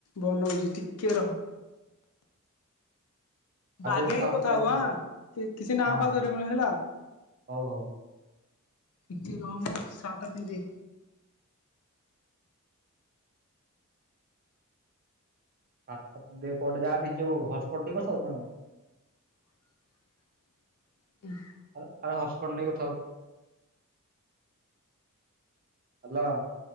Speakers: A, on the left; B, on the right.
A: ବନଉଛି ଟିକେ ରହ ବାଗେଇ
B: ରଖିଥା ହଟସ୍ପଟ
A: କଥା ହବୁ
B: ଆଉ।
A: ଆଁ କି କିଛି ନାଁ
B: ହଁ
A: ଫାଁ
B: ହଁ
A: ଧରିବୁନି ହେଲା।
B: ହଉ ହଉ।
A: ଟିକେ ରହ ମୁ ସାର୍ଟଟା ପିନ୍ଧିଦିଏ।
B: <unintelligible> କୁଆଡେ ଯାଆନି ଯୋଉ ହଟସ୍ପଟ ନେଇକି କଥା ହେବୁ ନା କଣ।
A: <inaudible>
B: ଆରେ ଆରେ ମୁଁ ହଟ୍ସପଟ ନେଇ କଥା ହଉଛି, ହାଲୋ।